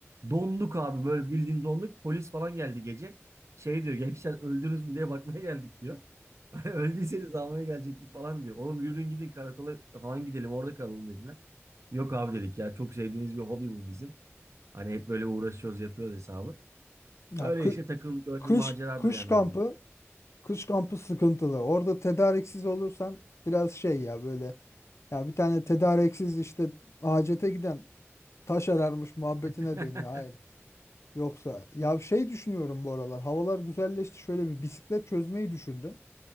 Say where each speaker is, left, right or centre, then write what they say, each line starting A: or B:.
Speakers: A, on the right (about 80°); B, on the left (about 70°).
A: Donduk abi böyle bildiğin donduk. Polis falan geldi gece. Şey diyor gençler öldünüz mü diye bakmaya geldik diyor. <laughs> Öldüyseniz almaya gelecektik falan diyor. Oğlum yürüyün gidin karakola falan gidelim orada kalalım dediler. Yok abi dedik ya çok sevdiğimiz bir hobi bu bizim. Hani hep böyle uğraşıyoruz yapıyoruz hesabı.
B: Ya
A: Öyle
B: kı-
A: işte takıldık öyle
B: Kış
A: maceradır
B: kış
A: yani
B: kampı
A: bu da.
B: kış kampı sıkıntılı. Orada tedariksiz olursan biraz şey ya böyle ya bir tane tedariksiz işte hacete giden taş ararmış muhabbetine
A: <laughs>
B: dönüyor. Aynen. Yoksa ya şey düşünüyorum bu aralar. Havalar güzelleşti. Şöyle bir bisiklet çözmeyi düşündüm.